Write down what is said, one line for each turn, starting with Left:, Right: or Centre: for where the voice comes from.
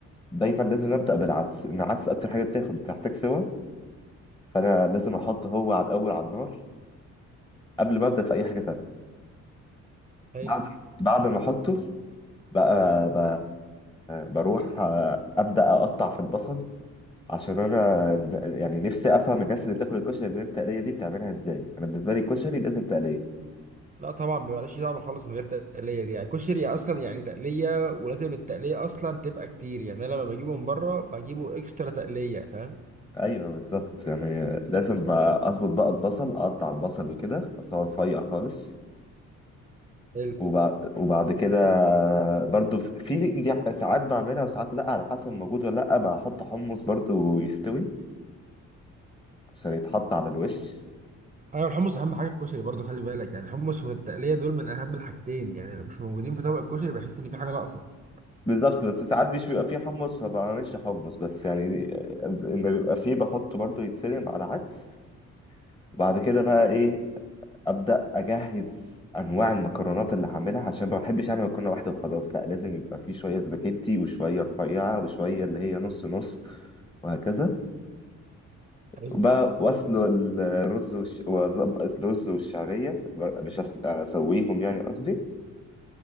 Left: دايما لازم ابدا بالعدس إن العدس اكتر حاجه بتاخد بتحتاج سوا فانا لازم احطه هو على الاول على النار قبل ما ابدا في اي حاجه تانية
Right: حلو
Left: بعد بعد ما احطه بقى ب... بروح آه، ابدا اقطع في البصل عشان انا يعني نفسي افهم الناس اللي بتاكل الكشري من غير تقليه دي بتعملها ازاي انا بالنسبه لي الكشري لازم تقليه
Right: لا طبعا بيبقاش طعم خالص من غير تقليه دي يعني كشري اصلا يعني تقليه ولازم التقليه اصلا تبقى كتير يعني انا لما بجيبه من بره بجيبه اكسترا تقليه فاهم
Left: ايوه بالظبط يعني لازم بقى اظبط بقى البصل اقطع البصل وكده اقطعه رفيع خالص
Right: حلو
Left: وبعد, وبعد كده برضو في في دي ساعات بعملها وساعات لا على حسب موجود ولا لا بحط حمص برضو يستوي عشان يتحط على الوش
Right: ايوه الحمص اهم حاجه في الكشري برضه خلي بالك يعني الحمص والتقليه دول من اهم الحاجتين يعني لو مش موجودين في طبق الكشري بحس ان في حاجه ناقصه
Left: بالظبط بس ساعات مش بيبقى فيه حمص فبعملش حمص بس يعني دي- اما بيبقى فيه بحطه برضو يتسلق على عدس وبعد كده بقى ايه ابدا اجهز انواع المكرونات اللي هعملها عشان ما بحبش انا مكرونه واحده وخلاص لا لازم يبقى في شويه سباكيتي وشويه رفيعه وشويه اللي هي نص نص وهكذا
Right: حلو
Left: وبقى واسلق الرز والش... وأظبط الرز والشعريه مش أس- اسويهم يعني قصدي